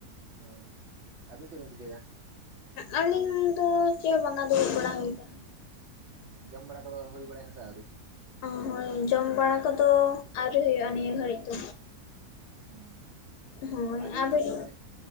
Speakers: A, on the right; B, on the left.
A: ᱦᱳᱭ ᱟᱹᱵᱤᱱ ᱪᱮᱫ ᱵᱤᱱ ᱪᱤᱠᱟᱹᱭᱮᱫᱟ?
B: ᱟᱹᱞᱤᱧ ᱫᱚ ᱪᱮᱜᱦᱚᱸ ᱵᱟᱝᱟ ᱫᱩᱲᱩᱵ ᱵᱟᱲᱟ ᱦᱩᱭ ᱠᱟᱱᱟ᱾
A: ᱡᱚᱢ ᱵᱟᱲᱟ ᱠᱚᱫᱚ ᱦᱩᱭ ᱵᱟᱲᱟᱭ ᱱᱟ ᱥᱮ ᱟᱹᱣᱨᱤ?
B: ᱚ ᱦᱳᱭ ᱡᱚᱢ ᱵᱟᱲᱟ ᱠᱚᱫᱚ ᱟᱹᱣᱨᱤ ᱦᱩᱭᱩᱜᱼᱟ ᱱᱤᱭᱟᱹ ᱜᱷᱟᱹᱲᱤᱡ ᱫᱚ᱾
A: ᱦᱮᱸ
B: ᱦᱳᱭ
A: ᱟᱹᱰᱤ
B: ᱟᱹᱵᱤᱱ
A: ᱟᱹᱰᱤ